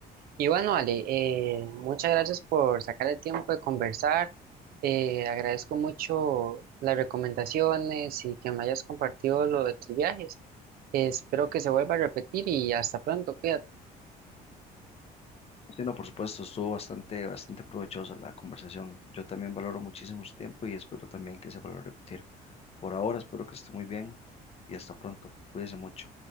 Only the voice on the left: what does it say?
Sí, no, por supuesto, estuvo bastante, bastante provechosa la conversación. Yo también valoro muchísimo su tiempo y espero también que se vuelva a repetir. Por ahora, espero que esté muy bien y hasta pronto. Cuídese mucho.